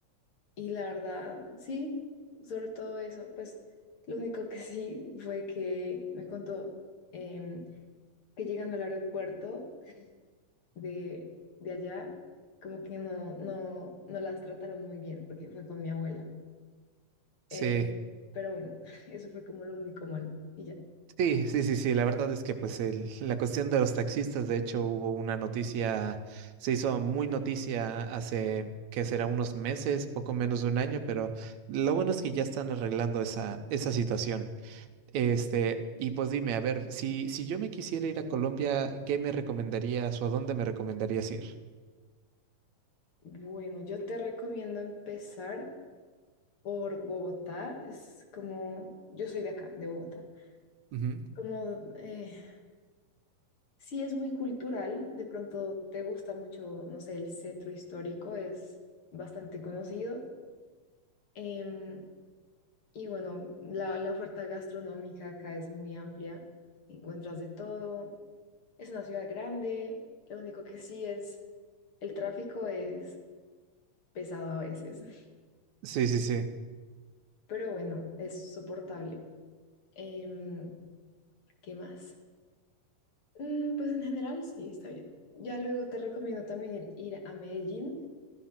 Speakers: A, on the left; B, on the right.
A: y la verdad, sí, sobre todo eso, pues lo único que sí fue que me contó em, que llegando al aeropuerto de, de allá, como que no, no, no las trataron muy bien porque fue con mi abuela. Eh,
B: Sí,
A: pero bueno, <laughs> eso fue como lo único malo. Y ya.
B: sí, sí, sí, sí. La verdad es que pues el- la cuestión de los taxistas, de hecho, hubo una noticia, se hizo muy noticia hace, que será unos meses, poco menos de un año, pero lo bueno es que ya están arreglando esa, esa situación. Este, y pues dime, a ver, si, si yo me quisiera ir a Colombia, ¿qué me recomendarías o a dónde me recomendarías ir?
A: Bueno, yo te recomiendo empezar por Bogotá. Es como, yo soy de acá, de Bogotá.
B: Ujú,
A: Como, eh, sí es muy cultural, de pronto te gusta mucho, no sé, el centro histórico es bastante conocido. Em, Y bueno, la, la oferta gastronómica acá es muy amplia, encuentras de todo, es una ciudad grande, lo único que sí es, el tráfico es pesado a veces, <laughs>
B: Sí, sí, sí.
A: pero bueno, es soportable. Em, ¿qué más? Mm, pues en general sí, está bien. Ya luego te recomiendo también ir, ir a Medellín,